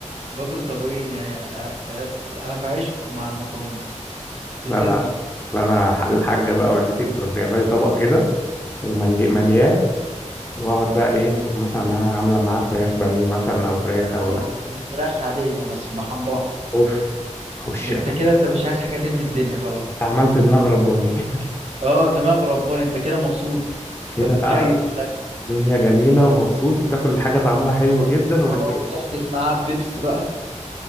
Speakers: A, on the right; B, on the left.
A: باكل طبقين يعني انا انا أنا في عشق مع المكرونة بالذات
B: لا انا
A: دي
B: لا انا ح- الحاجه بقى والدتي بتروح جايبه لي طبق كده وملياه واقعد بقى ايه تكون مثلا معاه عامله معاه فراخ بانيه مثلا او فراخ او
A: اه
B: لحم
A: فراخ عادية بس محمرة
B: اوف خش
A: يعني انت كده انت مش عايز حاجة تاني من الدنيا خلاص
B: عملت دماغ رباني <laughs>
A: اه دماغ رباني انت كده مبسوط
B: كده
A: انت متكيف
B: بقى
A: ملك
B: دنيا جميله ومبسوط وبتاكل حاجه طعمها حلو جدا
A: اه
B: وبتحب
A: وتحبس معاه بيبس بقى